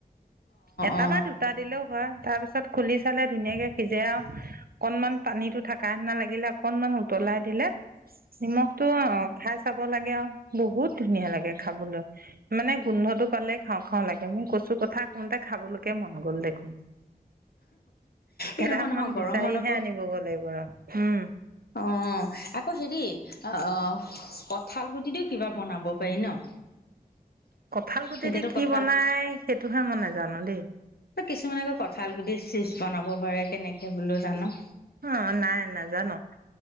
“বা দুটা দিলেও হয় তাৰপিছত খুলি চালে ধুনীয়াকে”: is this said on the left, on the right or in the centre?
Right